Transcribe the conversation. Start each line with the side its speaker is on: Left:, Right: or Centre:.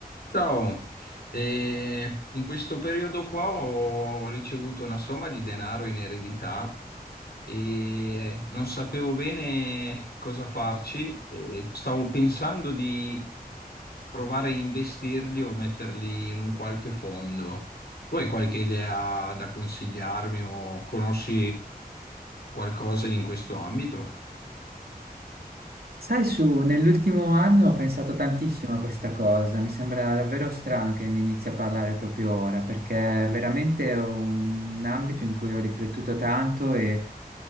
Left: Ciao, E in questo periodo qua ho ricevuto una somma di denaro in eredità e non sapevo bene cosa farci. E Stavo pensando di provare a investirli o metterli in un qualche fondo. Tu hai qualche idea da consigliarmi o conosci qualcosa in questo ambito?
Right: Sai, su, nell'ultimo anno ho pensato tantissimo a questa cosa, mi sembra davvero strano che ne inizi a parlare proprio ora, perché è veramente un ambito in cui ho riflettuto tanto e